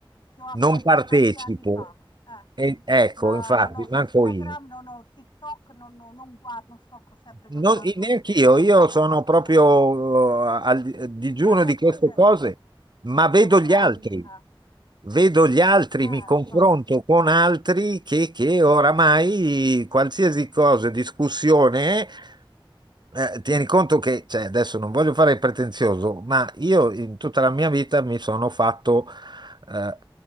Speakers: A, on the left (about 55°); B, on the right (about 55°).
A: che ho aperto
B: non partecipo.
A: tanti anni fa, eh.
B: E- ecco,
A: Ma
B: infatti,
A: non ho
B: manco
A: Instagram,
B: io.
A: non ho TikTok, non non non guardo, non sto co sempre
B: Non,
A: col naso
B: neanche io,
A: no,
B: io
A: vabbè,
B: sono proprio
A: no.
B: eh, al digiuno
A: Vabbè,
B: di queste
A: forse
B: cose, ma
A: siamo
B: vedo
A: grandi,
B: gli altri,
A: eh.
B: vedo gli altri,
A: Eh,
B: mi confronto
A: lo so.
B: con altri che, che oramai qualsiasi cosa, discussione, è, eh, tieni conto che, cioè, adesso non voglio fare il pretenzioso, ma io in tutta la mia vita mi sono fatto, eh,